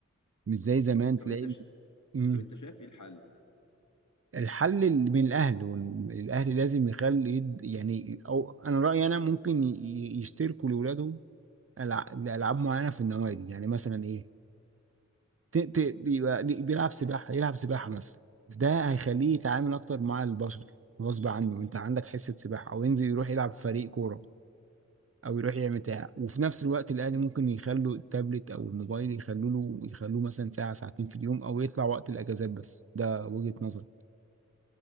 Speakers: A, on the right; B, on the left.
A: مش زي زمان تلاقي
B: طب انت ش...
A: مم.
B: طب انت شايف ايه الحل
A: الحل اللي من الاهل والاهل لازم يخلي يد- يعني او انا رايي انا ممكن ي- ي- يشتركوا لاولادهم ألع- لالعاب معينه في النوادي يعني مثلا ايه ت- ت- يبقى بيلعب سباحه يلعب سباحه مثلا ده هيخليه يتعامل اكتر مع البشر غصب عنه انت عندك حصه سباحه او ينزل يروح يلعب في فريق كوره او يروح يعمل بتاع وفي نفس الوقت الاهل ممكن يخلوا التابلت او الموبايل يخلوا له يخلوه مثلا ساعه ساعتين في اليوم او يطلع وقت الاجازات بس ده وجهه نظري